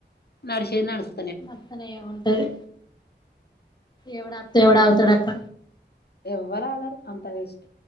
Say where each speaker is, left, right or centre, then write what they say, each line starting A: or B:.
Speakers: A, on the left (about 60°); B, on the left (about 25°).
A: నడిసేది నడుస్తు
B: మర్త్తనే ఏ ఉంటది ఎవడత ఎవడ <unintelligible> తొడక్
A: ఎవ్వరు ఆగరు అంత వేస్ట్